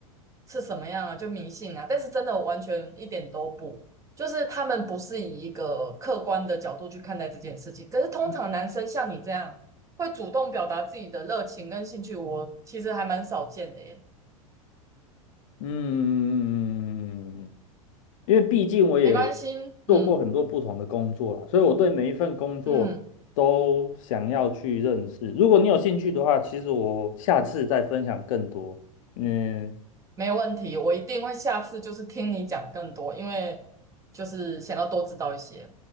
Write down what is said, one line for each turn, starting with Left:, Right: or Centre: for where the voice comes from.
Right: 是什么样啊，就迷信啊。但是真的完全一点都不，就是他们不是以一个客观的角度去看待这件事情。可是通常男生像你这样会主动表达自己的热情跟兴趣，我其实还蛮少见的耶。
Left: 嗯，因为毕竟我也
Right: 没关系，
Left: 做过很多不同的工作啦，
Right: 嗯。
Left: 所以我对每一份工作都想要去认识。
Right: 嗯，
Left: 如果你有兴趣的话，其实我下次再分享更多。嗯，
Right: 没问题，我一定会下次就是听你讲更多，因为就是想要多知道一些。